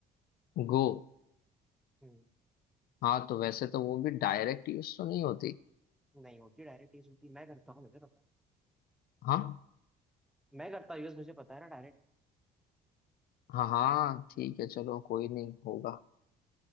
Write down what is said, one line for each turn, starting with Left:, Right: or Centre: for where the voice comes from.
Left: गो
Centre: हम्म
Left: हाँ तो वैसे तो वो भी डायरेक्ट यूज तो नहीं होती
Centre: नहीं होती डायरेक्ट यूज होती मैं करता हूँ मुझे पता
Left: हाँ
Centre: है। मैं करता हूँ यूज मुझे पता है ना डायरेक्ट
Left: हाँ हाँ ठीक है चलो कोई नहीं होगा